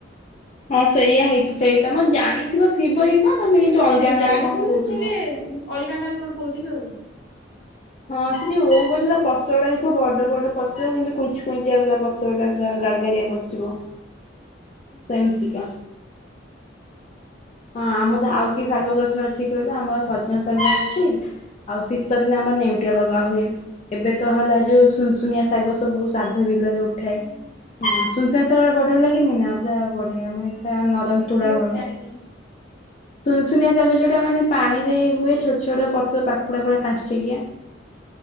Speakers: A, on the left; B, on the left.
A: ହଁ ସେଇୟଆ ହେଇଥି ସେଇ ତମ ଜାଣିଥିବ ଥିବ କଣ ତମେ
B: ହଁ
A: କିନ୍ତୁ
B: ସେଇୟା
A: ଅଲଗା
B: ଜାଣିଥିବ
A: ନାଁରେ କଣ କହୁଥିବ।
B: ହେଲେ ଅଲଗା ନାଁ ରେ କଣ କହୁଥିବେ ନାଁ ଆଉ
A: ହଁ ସେ ଓଉ ଗଛର ପତ୍ରଟା ଗୁଡାକ ବଡ ବଡ ପତ୍ର କିନ୍ତୁ କୁଞ୍ଚି କୁଞ୍ଚିଆ ତା ପତ୍ର ଯୋଉଁ ଟା ପୁରା ଗାର ଗାରିଆ ପଡିଥିବ
B: ହଁ
A: ସେମିତିକା ହଁ ଆମର ଆଉ କି ଶାଗ ଗଛ ଅଛି କହିଲ ଆମର ସଜନା ଶାଗ ଅଛି। ଆଉ ଶୀତ ଦିନେ ଆମର ନେଉଟିଆ ଲଗା ହୁଏ। ଏବେ ତ ହେଲା ଯୋଉଁ ସୁନସୁନିଆ ଶାଗ ସବୁ ଶ୍ରାଦ୍ଧ ବିଲରେ ଉଠେଇ
B: ହୁଁ ହୁଁ।
A: ସୁନସୁନିଆଁ ଶାଗ ଟା ଭଢିଆ ଲାଗେନି ନାଁ ପୁରା ବଢିଆ ମାନେ
B: ନା
A: ଚାଲ
B: ମୁଁ ଖାଲି
A: ପୁରା ନରମ
B: ଶୁଣିଛି
A: ତୁଳା
B: ବାସ୍
A: ଭଳିଆ
B: ଜାଣିନି।
A: ସୁନସୁନିଆ ଶାଗ ଯୋଉଁ ଟା ମାନେ ପାଣି ରେ ହୁଏ ଛୋଟ ଛୋଟ ପତ୍ର ପାଖୁଡା ଭଳିଆ ପାଞ୍ଚ ଠିକିଆ